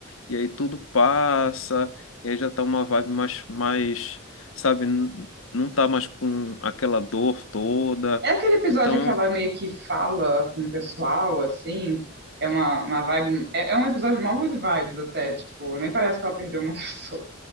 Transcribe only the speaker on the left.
e aí tudo passa, e aí já tá uma vibe mais, mais, sabe, n- não tá mais com aquela dor toda,
então